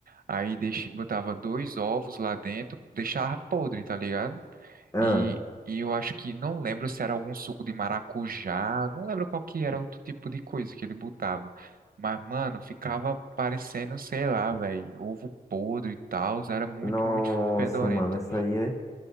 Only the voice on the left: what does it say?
Ah,
nossa,
mano, isso aí é.